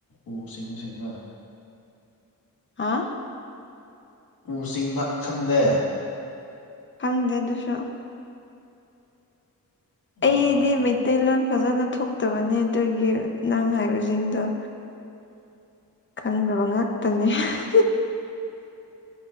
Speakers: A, on the left; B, on the left.
A: ꯎ ꯁꯤꯡ ꯁꯤꯡꯔ
B: ꯍꯥꯥ
A: ꯎ ꯆꯤꯡꯕ ꯈꯪꯗꯦ
B: ꯈꯪꯗꯦ ꯑꯗꯨꯁꯨ ꯑꯩꯗꯤ
A: ꯑꯥ
B: ꯃꯩꯇꯩꯂꯣꯟ ꯐꯖꯅ ꯊꯣꯛꯇꯕꯅꯦ ꯑꯗꯨꯒꯤ ꯅꯪ ꯍꯥꯏꯕꯁꯤꯡꯗꯣ ꯈꯪꯗꯕ ꯉꯥꯛꯇꯅꯤ <unintelligible>